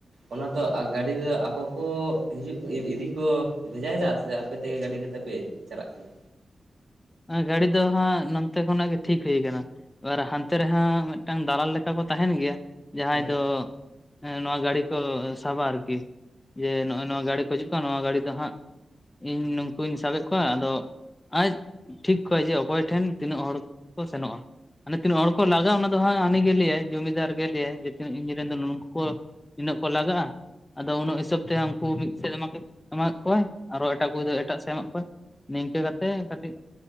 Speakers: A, on the right; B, on the left.
A: ᱚᱱᱟ ᱫᱚ ᱟ ᱜᱟᱹᱰᱤ ᱫᱚ ᱟᱠᱚ ᱠᱚ ᱦᱤᱡᱩᱜ ᱤᱫ ᱤᱫᱤ ᱠᱚ ᱵᱷᱮᱡᱟᱭᱮᱫᱟ ᱥᱮ ᱟᱯᱮ ᱛᱮᱜᱮ ᱜᱟᱹᱰᱤ ᱠᱟᱛᱮ ᱯᱮ ᱪᱟᱞᱟᱜ ᱠᱟᱱᱟ᱾
B: ᱮᱸ ᱜᱟᱹᱲᱤ ᱫᱚ ᱦᱟᱸᱜ ᱱᱚᱱᱛᱮ ᱠᱷᱚᱱᱟᱜ ᱜᱮ ᱴᱷᱤᱠ ᱦᱩᱭ ᱟᱠᱟᱱᱟ᱾ ᱟᱨ ᱦᱟᱱᱛᱮ ᱨᱮ ᱦᱟᱸᱜ ᱢᱤᱫᱴᱟᱝ ᱫᱟᱞᱟᱞ ᱞᱮᱠᱟ ᱠᱚ ᱛᱟᱦᱮᱱ ᱜᱮᱭᱟ ᱡᱟᱦᱟᱸᱭ
A: ᱟᱪᱪᱷᱟ
B: ᱫᱚ ᱮᱸ ᱱᱚᱣᱟ ᱜᱟᱲᱤ ᱠᱚ ᱥᱟᱵ-ᱟ ᱟᱨᱠᱤ᱾ ᱡᱮ ᱱᱚᱜ-ᱚᱭ ᱱᱚᱣᱟ ᱜᱟᱲᱤ ᱠᱚ ᱦᱤᱡᱩᱜ ᱠᱟᱱᱟ ᱱᱚᱣᱟ ᱜᱟᱲᱤ ᱫᱚ ᱦᱟᱸᱜ ᱤᱧ ᱱᱩᱝᱠᱩᱧ ᱥᱟᱵᱮᱫ ᱠᱚᱣᱟ ᱟᱫᱚ, ᱟᱡ ᱴᱷᱤᱠ ᱠᱚᱣᱟᱭ ᱡᱮ ᱚᱠᱚᱭ ᱴᱷᱮᱱ ᱛᱤᱱᱟᱹᱜ ᱦᱚᱲ ᱠᱚ ᱥᱮᱱᱚᱜᱼᱟ᱾ ᱢᱟᱱᱮ ᱛᱤᱱᱟᱹᱜ ᱦᱚᱲ ᱠᱚ ᱞᱟᱜᱼᱟ
A: ᱟᱪᱪᱷᱟ
B: ᱚᱱᱟ ᱫᱚ ᱦᱟᱸᱜ ᱦᱟᱱᱤ ᱜᱮ ᱞᱟ. ᱭᱟᱭ ᱡᱚᱢᱤᱫᱟᱨ ᱟᱨ ᱜᱮ ᱞᱟ. ᱭᱟᱭ ᱤᱧ ᱨᱮᱱ ᱫᱚ ᱱᱩᱠᱩ ᱠᱚ ᱛᱤᱱᱟᱹᱜ ᱠᱚ ᱞᱟᱜᱟᱜᱼᱟ, ᱟᱫᱚ ᱩᱱᱟᱹᱜ ᱦᱤᱥᱟᱹᱵ ᱛᱮ ᱩᱱᱠᱩ ᱢᱤᱫ ᱥᱮᱫ ᱚᱱᱟᱛᱮ ᱮᱢᱟᱫ ᱠᱚᱣᱟᱭ᱾ ᱟᱨᱚ ᱮᱴᱟᱜ ᱠᱩᱲᱤ ᱫᱚ ᱮᱴᱟᱜ ᱥᱮ ᱮᱢᱟᱜ ᱠᱚᱣᱟ ᱱᱤᱝᱠᱟᱹ ᱠᱟᱛᱮᱫ ᱠᱟᱹᱴᱤᱡ